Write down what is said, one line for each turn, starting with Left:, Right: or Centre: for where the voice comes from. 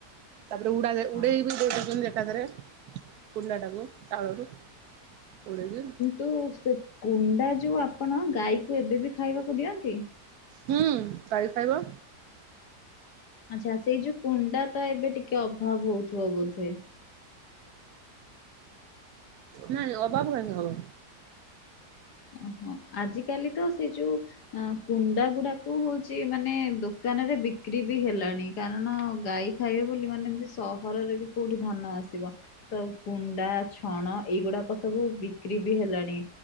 Right: ତାପରେ ଉଡା ଉଡେଇବି
Left: ହଁ
Right: ଦେଇଦଉଛନ୍ତି ଏକାଥରେ। କୁଣ୍ଡାଡାକୁ ଚାଉଳରୁ ଉଡେଇକି
Left: ତୁ ସେ କୁଣ୍ଡା ଯୋଉ ଆପଣ ଗାଈକୁ ଏବେ ବି ଖାଇବାକୁ ଦିଅନ୍ତି?
Right: ହୁଁ ଗାଈ ଖାଇବ।
Left: ଆଚ୍ଛା ସେଇ ଯୋଉ କୁଣ୍ଡା ତା ଏବେ ଟିକେ ଅଭାବ ହଉଥିବ ବୋଧେ।
Right: ନାଇଁ ଅଭାବ କାହିଁକି ହବ?
Left: ଓହୋ ଆଜିକାଲି ତ ସେ ଯୋଉ ଆ କୁଣ୍ଡା ଗୁଡାକୁ ହଉଛି ମାନେ ଦୋକାନରେ ବିକ୍ରି ବି ହେଲାଣି କାରଣ ଗାଈ ଖାଇବେ ବୋଲି ମାନେ ଏମତି ସହରରେ ବି କୋଉଠି ଧାନ ଆସିବ ତ କୁଣ୍ଡା ଛଣ ଏଇଗୁଡାକ ସବୁ ବିକ୍ରି ବି ହେଲାଣି